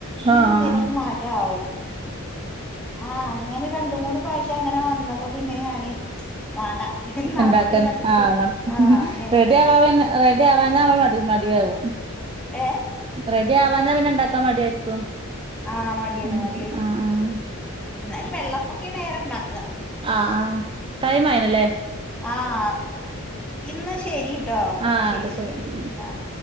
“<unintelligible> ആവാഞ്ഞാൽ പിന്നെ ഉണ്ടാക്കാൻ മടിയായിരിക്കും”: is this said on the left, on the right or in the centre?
Right